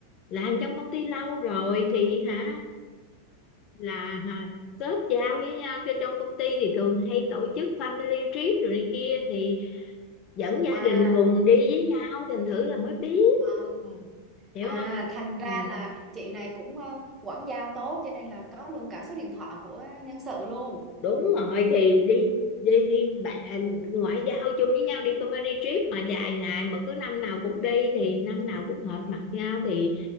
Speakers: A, on the left; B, on the right.
A: làm trong công ty lâu rồi thì hả là hả, kết giao với nhau cho trong công ty thì thường hay tổ chức family trip rồi này kia thì dẫn gia
B: à
A: đình cùng đi với nhau thành thử là mới biết
B: à
A: hiểu
B: à
A: không
B: thành ra
A: ừ.
B: là chị này cũng ờ, quảng giao tốt cho nên là có luôn cả số điện thoại của nhân sự luôn
A: đúng rồi thì đi đi đi bạn ngoại giao chung với nhau đi company trip mà dài ngày mà cứ năm nào cũng đi thì năm nào cũng hợp mặt nhau thì